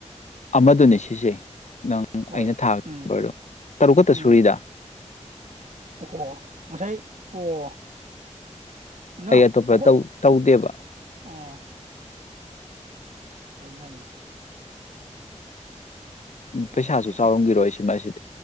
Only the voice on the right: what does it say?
ꯍꯣꯏ
ꯎꯝ
ꯎꯝ
ꯑꯣꯍꯣ ꯉꯁꯥꯏ ꯑꯣ ꯅ
ꯑꯩꯈꯣꯏ
ꯑꯣ ꯑꯗꯨꯅꯅꯤ
ꯍꯣꯏꯅꯦ
ꯇꯤꯛ